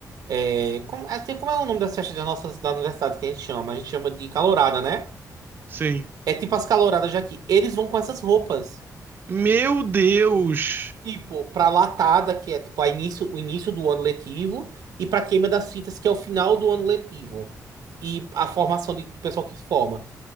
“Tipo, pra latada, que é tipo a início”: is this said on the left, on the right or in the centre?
Right